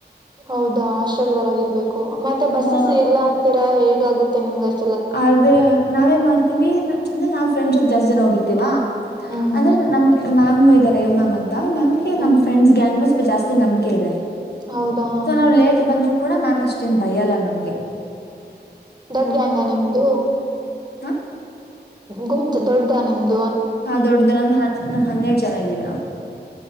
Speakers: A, on the right; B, on the left.
A: ಹೌದಾ ಅಷ್ಟಲ್ವರಗರ್ಬೇಕು ಮತ್ತೆ ಬಸ್ಸಸ್
B: ಹಾ
A: ಇಲ್ಲ ಅಂತೀರಾ ಹೇಗಗುತ್ತೆ ನಿಮ್ಗಷ್ಟ
B: ಆದ್ರೆ ನಾವೇನ್ ಮಾಡ್ತೀವಿ ಅಂದ್ರೆ ನಾವ್ ಫ್ರೆಂಡ್ಸ್ ಜಾಸ್ತಿ ಜನ ಹೋಗಿರ್ತಿೀವಾ
A: ಹ್ಮ್
B: ಅಂದ್ರೆ
A: ಹ್ಮ್
B: ನಮ್ ಮ್ಯಾಮ್ ಇದಾರೆ ಯ್ ಮ್ಯಾಮ್ ಅಂತ ಮ್ಯಾಮ್ಗೆ
A: ಹ್ಮ್
B: ನಮ್ ಫ್ರೆಂಡ್ಸ್ ಗ್ಯಾಂಗ್ ಮ ಸ್ವಲ್ಪ ಜಾಸ್ತಿ ನಂಬಿಕೆ ಇದೆ
A: ಹೌದಾ ಹಾ
B: ಸೊ ನಾವು ಲೇಟ್ ಬಂದ್ರು ಕೂಡ ಮ್ಯಾಮ್ ಅಷ್ಟೇನ್ ಭಯ ಅಲ್ಲ ನಮ್ಗೆ
A: ದೊಡ್ಡ್ಯಾಂಗ ನಿಮ್ದು
B: ಹಾ
A: ಗುಂತ್ ದೊಡ್ಡ ನಿಮ್ದ
B: ಹಾ ದೊಡ್ಡದು ನಮ್ದ ನಮ್ ಹನ್ನೆರಡು ಜನ ಇದ್ದೀವಿ ನಾವು